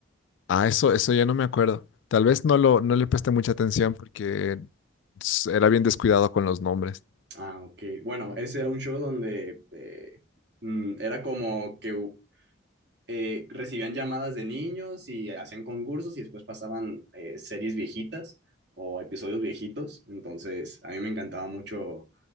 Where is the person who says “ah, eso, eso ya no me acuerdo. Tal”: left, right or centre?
Left